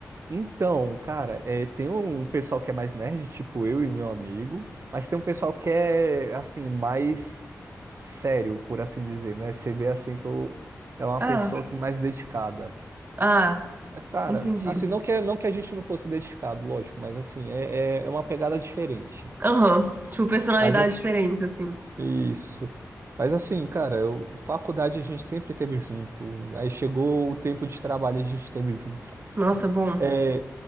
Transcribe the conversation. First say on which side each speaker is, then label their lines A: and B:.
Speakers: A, on the right (about 50°); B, on the right (about 35°).
A: Então, cara, é, tem um pessoal que é mais nerd, tipo eu e o meu amigo, mas tem um pessoal que é assim, mais sério, por assim dizer, né? Você vê assim que eu é uma
B: Ah,
A: pessoa que mais dedicada.
B: ah,
A: Mas, cara,
B: entendi.
A: assim, não que, não que a gente não fosse dedicado, lógico, mas assim, é, é é uma pegada diferente.
B: Aham. Tipo, personalidades
A: Mas as-
B: diferentes, assim.
A: isso. Mas assim, cara, eu- faculdade a gente sempre teve junto. Aí chegou o tempo de trabalho, a gente teve junto.
B: Nossa, bom.
A: É,